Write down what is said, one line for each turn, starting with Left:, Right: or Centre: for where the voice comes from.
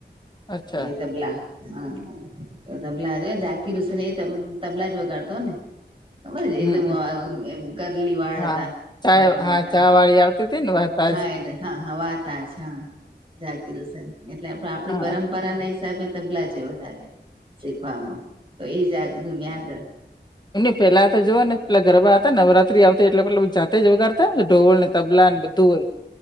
Left: અચ્છા
Right: એ તબલા હા તબલા જ જાત કીધું સરે તબલા જ વગડતો ને ખબર છે
Left: હમમ
Right: એકદમ કરલી વાળ
Left: હા
Right: હતા
Left: ચા
Right: મોટા મોટા
Left: હા ચા વાળી આવતી હતી ને વાત આજ
Right: હા એડ હા હા વાત આ જ હા જાગીર શે એટલે આપણી
Left: હા
Right: પર પરંપરા ના હિસાબે તબલા છે વધારે શીખવામાં તો એ જ જાતનું ન્યાદ
Left: પેલાતા જુઓ ને પેલા ગરબા હતા નવરાત્રી આવતી એટલે મતલબ જાતે જ વગાર ઢોળને તબલા ને બધું હોય